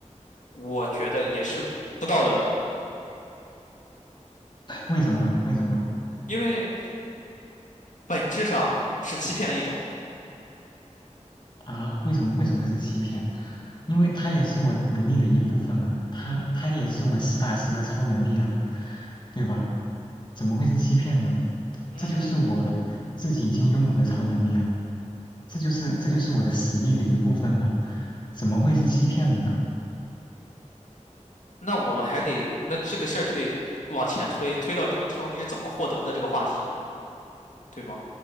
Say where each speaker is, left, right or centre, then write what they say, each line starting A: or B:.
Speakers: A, on the left; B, on the left.
A: 我觉得也是不道德的，
B: 为什么？为什么
A: 因为本质上是欺骗的一种。
B: 啊？为什么为什么是欺骗？因为它也是我能力的一部分啊，它它也是我实打实的超能力啊，对吧？怎么会是欺骗呢？
A: 嗯，
B: 这就是我自己已经拥有的超能力啊，这就是这就是我的实力的一部分啊，怎么会是欺骗呢？
A: 那我们还得，那这个事儿就得往前推，推到这个超能力是怎么获得的这个话题，对吗？